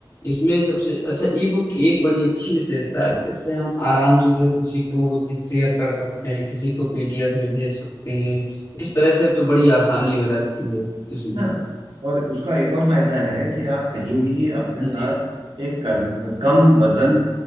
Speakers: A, on the left; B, on the right.
A: इसमें सबसे अच्छा ई बुक की एक बड़ी अच्छी विशेषता है कि जैसे हम आराम से जो है किसी को वो चीज शेयर कर सकते हैं किसी को पीडीएफ में भेज सकते हैं इस तरह से तो बड़ी आसानी हो जाती है इसमें
B: हाँ और उसका एक और फायदा है कि आप कहीं भी अपने
A: जी
B: साथ एक कज, कम वजन